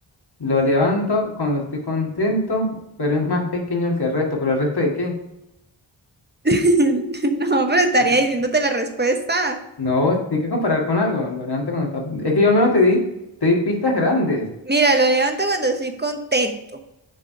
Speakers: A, on the left (about 55°); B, on the right (about 20°).
A: Lo levanto cuando estoy contento, pero es más pequeño el que el resto. ¿Pero el resto de qué?
B: <laughs> No, pero estaría
A: Al-
B: diciéndote la respuesta.
A: No, tiene que comparar con algo. Lo levanto cuando está. Es que yo al menos te di, te di pistas grandes.
B: Mira, lo levanto cuando estoy contento,